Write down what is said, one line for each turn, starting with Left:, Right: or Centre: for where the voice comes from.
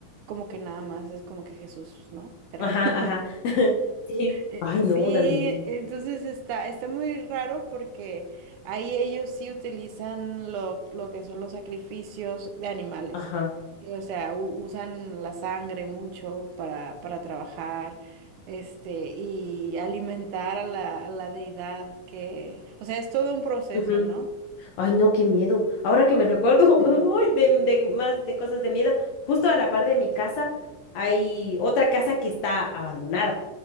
Right: como que nada más es como que Jesús, ¿no? Creo.
Left: Ajá,
Right: <laughs>
Left: ajá. <laughs> Sí.
Right: Eh,
Left: Ay,
Right: Sí,
Left: no, también.
Right: entonces está, está muy raro porque ahí ellos sí utilizan lo, lo que son los sacrificios de animales.
Left: Ajá.
Right: Y, O sea, u- usan la sangre mucho para, para trabajar, este, y alimentar a la, a la deidad que, o sea, es todo un proceso,
Left: ujú.
Right: ¿no?
Left: Ay, no, qué miedo. Ahora que me recuerdo,
Right: <laughs>
Left: <laughs> ay, de, de más de cosas de miedo. Justo a la par de mi casa hay otra casa que está abandonada.